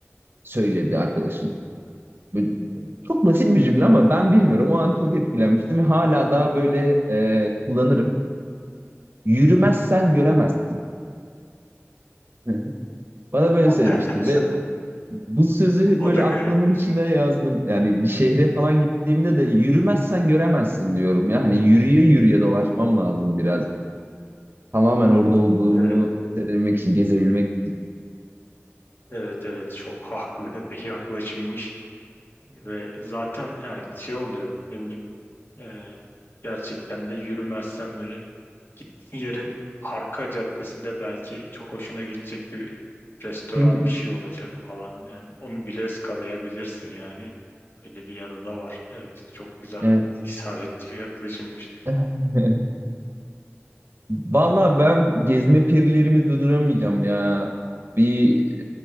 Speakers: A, on the right; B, on the left.
A: söyledi arkadaşım. Böyle Çok basit bir cümle ama ben bilmiyorum. O an çok etkilenmiştim ve hala daha böyle e, kullanırım. Yürümezsen göremezsin. <laughs> Bana böyle
B: <laughs>
A: söylemişti ve bu sözü
B: O
A: böyle
B: da
A: aklımın
B: garipmiş.
A: içine yazdım. Yani bir şehre falan gittiğimde de yürümezsen göremezsin diyorum ya. Hani yürüye yürüye dolaşmam lazım biraz. Tamamen orada olduğumu
B: Evet,
A: hissedebilmek için, gezebilmek için.
B: evet evet çok haklı <laughs> bir yaklaşımmış ve zaten yani şey oluyor ne bileyim e, gerçekten de yürümezsen böyle Gittiğin yerin arka caddesinde belki çok hoşuna gidecek bir restoran
A: Hı hı,
B: bir şey olacak falan. Yani onu bile eskalayabilirsin yani. Öyle bir yanı da var. Evet, çok güzel,
A: Evet.
B: e, isabetli bir yaklaşımmış.
A: <laughs> Valla ben gezme perilerimi durduramayacağım ya. Bir